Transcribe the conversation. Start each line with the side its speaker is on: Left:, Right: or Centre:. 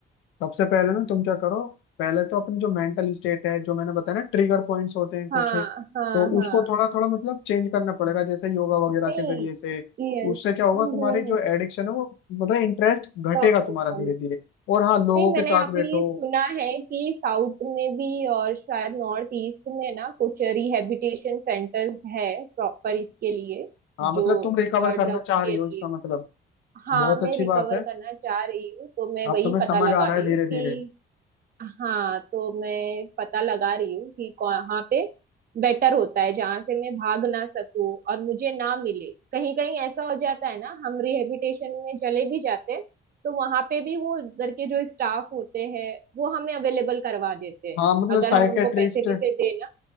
Left: सबसे पहले ना तुम क्या करो पहले तो अपनी जो मेंटल स्टेट है जो मैंने बताया ना ट्रिगर पॉइंट्स होते हैं कुछ
Right: हाँ
Left: तो
Right: हाँ हाँ
Left: उसको थोड़ा थोड़ा मतलब चेंज करना पड़ेगा जैसे योगा वगैरह
Right: नहीं
Left: के जरिए से
Right: यस
Left: उससे क्या होगा
Right: कम
Left: तुम्हारी जो एडिक्शन है वो मतलब इंटरेस्ट घटेगा
Right: होने
Left: तुम्हारा
Right: वाली
Left: धीरे धीरे और हाँ लोगों
Right: नहीं मैंने
Left: के साथ
Right: अभी
Left: बैठो
Right: सुना है कि साउथ में भी और शायद नॉर्थ ईस्ट में ना कुछ रिहैबिलिटेशन सेंटर्स है प्रॉपर इसके लिए
Left: हाँ मतलब
Right: जो
Left: तुम रिकवर
Right: ड्रग्स
Left: करना चाह रही
Right: के
Left: हो
Right: लिए
Left: इसका मतलब
Right: होते हैं। हाँ
Left: बहुत अच्छी
Right: मैं रिकवर
Left: बात है
Right: करना चाह रही हूँ तो मैं
Left: अब
Right: वही
Left: तुम्हें
Right: पता
Left: समझ
Right: लगा
Left: आ रहा
Right: रही
Left: है धीरे
Right: हूँ कि
Left: धीरे
Right: हाँ तो मैं पता लगा रही हूँ कि कहाँ पे बेटर होता है जहाँ से मैं भाग ना सकूं और मुझे ना मिले कहीं कहीं ऐसा हो जाता है ना हम रिहेबिटेशन में चले भी जाते हैं तो वहां पे भी वो उधर के जो स्टाफ होते हैं वो हमें अवेलेबल करवा देते हैं
Left: हाँ मतलब
Right: अगर
Left: साइकेट्रिस्ट
Right: हम उनको पैसे भी से देना